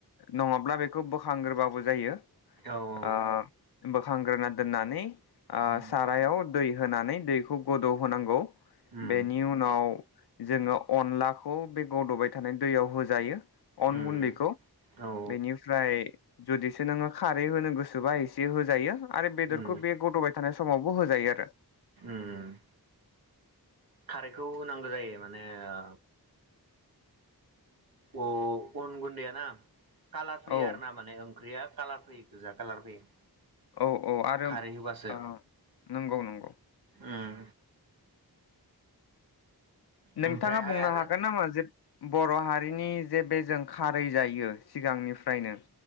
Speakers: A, on the left (about 75°); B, on the right (about 65°).
A: नङाब्ला बेखौ बोखांग्रोबाबो जायो ओ
B: औ औ
A: बोखांग्रोना दोननानै ओ
B: उम
A: सारायाव दै होनानै दैखौ गोदौ होनांगौ
B: उम
A: बेनि उनाव जोङो अनलाखौ बे गदबाय थानाय दैयाव होजायो अन
B: उम
A: गुन्दैखौ
B: औ
A: बेनिफ्राय जुदिसो नोङो खारै होनो गोसोबा एसे होजायो आरो बेदरखौ
B: उम
A: बे गदौबाय थानाय समावबो होजायो आरो
B: उम खारैखौ होनांगौ जायो माने ओ अ अन गुन्डिया ना कालार फैयो
A: औ
B: आर ना माने ओंख्रिया कालार फैयो गोजा कलार फैयो
A: औ औ आरो
B: खारै होबासो
A: ओ नंगौ नंगौ
B: उम
A: <inaudible>
B: ओमफ्रायहाय
A: नोंथाङा बुंनो
B: आरो
A: हागोन नामा जे बर' हारिनि जे बे जों खारै जायो सिगांनिफ्रायनो